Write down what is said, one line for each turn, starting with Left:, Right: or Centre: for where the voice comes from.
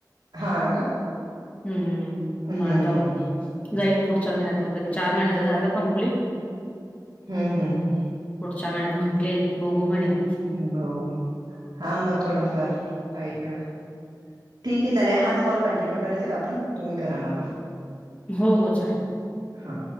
Right: हां का?
Left: हम्म, म
Right: हं,
Left: आता
Right: हं.
Left: जाईल पुढच्या महिन्यात वगैरे, चार महिन्याच झालं कंप्लीट.
Right: हं, हं, हं.
Left: पुढच्या महिन्यात म्हटले, बघू म्हणे.
Right: बघू, हां मग थोडफार पाहिजे ना. ठीक ये चालेल, हाच कॉल कंटन्यू करायचां, का आपण? तुम्ही करा मला,
Left: हो हो चालेल.
Right: हां.